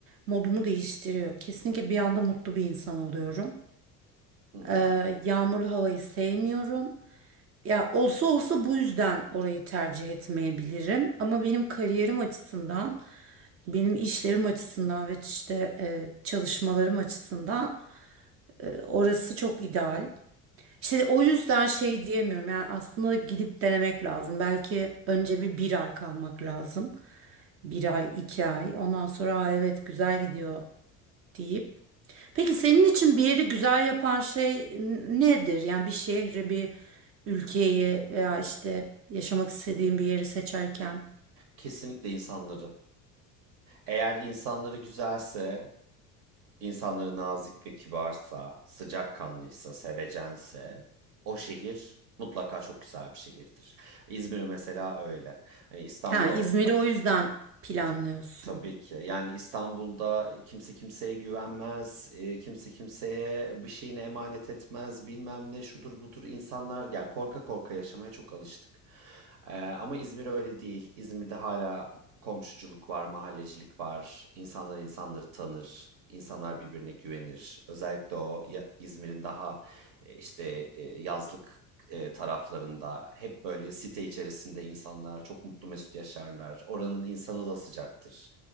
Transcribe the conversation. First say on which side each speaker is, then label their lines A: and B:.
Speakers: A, on the right; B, on the right.
A: modumu değiştiriyor. Kesinlikle bir anda mutlu bir insan oluyorum.
B: Hı hı.
A: Ee, yağmurlu havayı sevmiyorum. Ya olsa olsa bu yüzden orayı tercih etmeyebilirim. Ama benim kariyerim açısından, benim işlerim açısından ve işte e, çalışmalarım açısından e, orası çok ideal. İşte o yüzden şey diyemiyorum. Yani aslında gidip denemek lazım. Belki önce bir bir ay kalmak lazım. Bir ay, iki ay. Ondan sonra Aa, evet güzel gidiyor deyip. Peki senin için bir yeri güzel yapan şey n- nedir? Yani bir şehri, bir ülkeyi veya işte yaşamak istediğin bir yeri seçerken.
B: Kesinlikle insanları. Eğer insanları güzelse, İnsanları nazik ve kibarsa, sıcakkanlıysa, sevecense o şehir mutlaka çok güzel bir şehirdir. İzmir mesela öyle. Hani İstanbul'a
A: Ha, İzmir'i o yüzden planlıyorsun.
B: T- Tabii ki. Yani İstanbul'da kimse kimseye güvenmez, e, kimse kimseye bir şeyini emanet etmez, bilmem ne şudur budur insanlar yani korka korka yaşamaya çok alıştık. E, ama İzmir öyle değil. İzmir'de hala komşuculuk var, mahallecilik var. İnsanlar insanları tanır. insanlar birbirine güvenir. Özellikle o ya- İzmir'in daha e, işte e, yazlık e, taraflarında hep böyle site içerisinde insanlar çok mutlu mesut yaşarlar. Oranın insanı da sıcaktır.